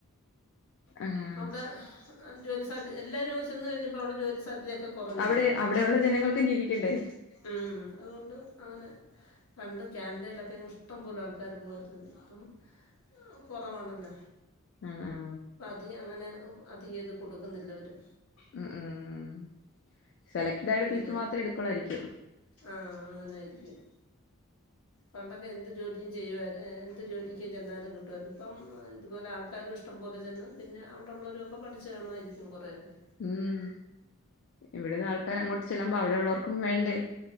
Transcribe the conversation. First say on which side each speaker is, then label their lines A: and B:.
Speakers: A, on the left (about 55°); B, on the left (about 75°).
A: ആഹ്
B: അവ്ടെ ജോലി സാധ്യ എല്ലാരും അങ്ങ് ചെന്ന് കഴിഞ്ഞപ്പൊ അവ്ടെ ജോലി സാധ്യതയൊക്കെ- കൊറഞ്ഞില്ലേ
A: അവിടെ അവിടെയൊള്ള ജനങ്ങൾക്കും ജീവിക്കണ്ടേ
B: ഉം അതോണ്ട് അങ്ങന പണ്ട് ക്യാനഡയിലൊക്കെങ്ങ് ഇഷ്ടം പോലെ ആൾക്കാര് പോകാര്ന്നെ ന്നേ ഇപ്പം കൊറവാണല്ല
A: ആഹ്
B: തി അങ്ങനെ അതികയിത് കൊടുക്കുന്നില്ലവര്
A: ഉം ഉം സെലക്റ്റ്ഡായൊര്
B: പിന്നെ
A: പീപ്പിള് മാത്രേ എടുക്കോളാരിക്കും
B: ആഹ് അങ്ങനാരിക്കും പണ്ടൊക്കെന്ത് ജോലിയും ചെയ്യുവായിര് എന്ത് ജോലിക്ക് ചെന്നാലും കിട്ടുവായിര്ന്ന് ഇപ്പം ഇതുപോലെ ആൾക്കാരു ഇഷ് ടം പോലെ ചെന്ന് പിന്നെ അവ്ടെള്ളോരൊക്കെ പഠിച്ച് കാണുവായിരിക്കും കൊറേക്കെ
A: ഉം ഇവിടെന്ന് ആൾക്കാരങ്ങോട്ട് ചെല്ലുമ്പൊ അവിടെയുള്ളോർക്കും വേണ്ടേ